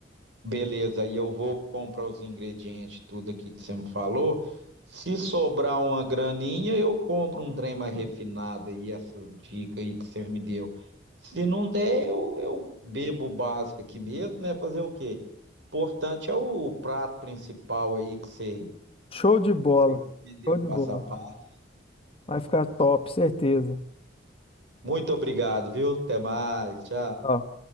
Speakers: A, on the right; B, on the left.
A: Beleza, e eu vou comprar os ingredientes, tudo aqui que você me falou. Se sobrar uma graninha, eu compro um trem mais refinado aí, essas dicas aí que você me deu. Se não der, eu, eu bebo o básico aqui mesmo, né? Fazer o quê? Importante é o prato principal aí que você, que
B: Show de bola.
A: você me deu
B: Show de
A: passo
B: bola.
A: a passo.
B: Vai ficar top, certeza.
A: Muito obrigado, viu? Até mais, tchau.
B: Ó.